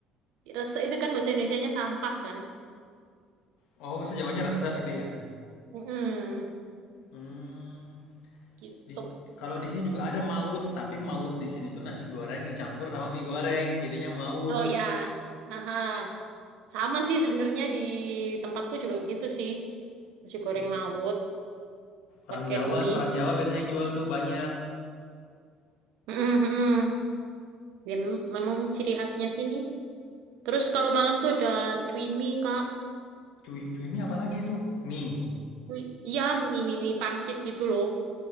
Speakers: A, on the right; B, on the left.
A: Resek itu kan bahasa Indonesianya sampah kan.
B: Oh bahasa Jawanya rese itu ya.
A: Mm-mm.
B: Hmm.
A: Gitu.
B: Di, kalau di sini juga ada mawut, tapi mawut di sini itu nasi goreng dicampur sama mie goreng, jadinya mawut.
A: Oh ya, Haha. sama sih sebenarnya di tempatku juga gitu sih. Nasi goreng
B: Ih.
A: mawut pakai
B: Orang Jawa,
A: mie.
B: orang Jawa biasanya yang jual tuh banyak.
A: Mm-mm, mm mm. Ya mem- memang ciri khasnya sini. Terus kalau Malang tuh ada cui mie, Kak.
B: Cuy, cuy mie apa lagi itu? Mie.
A: Cui, iya, mie, mie, mie pangsit gitu loh.